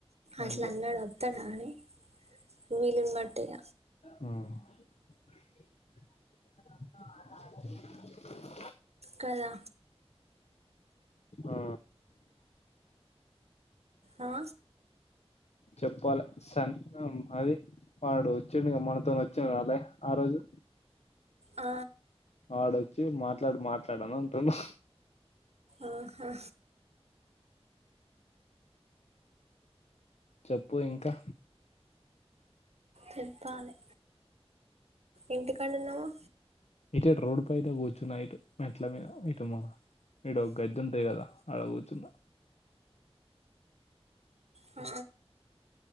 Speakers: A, on the right (about 75°); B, on the left (about 85°).
A: అట్లా
B: అంతే
A: అన్నాడు ఒత్తడ కానీ వీలును బట్టి ఇగ
B: మ్
A: కదా
B: ఆ
A: ఆ
B: చెప్పాలే సంత్రం అది వాడు వచ్చిడుగా మనతోన్ వచ్చాను రాలే ఆ రోజు
A: ఆ
B: వాడొచ్చి మాట్లాడు మాట్లాడు అని అంటుండు
A: ఆహా
B: చెప్పు ఇంకా
A: చెప్పాలి ఇంటికడ ఉన్నావ
B: ఇటు రోడ్ పైద కూర్చున్నా ఇటు మెట్ల మీద ఇటు మా ఇడ ఒక గద్దె ఉంటాది కదా ఆడ కూర్చున్న
A: ఆ